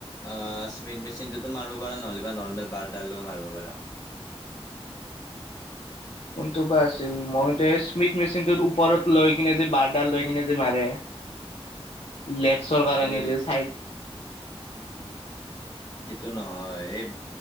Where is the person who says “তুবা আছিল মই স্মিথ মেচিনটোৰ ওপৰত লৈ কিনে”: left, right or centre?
Left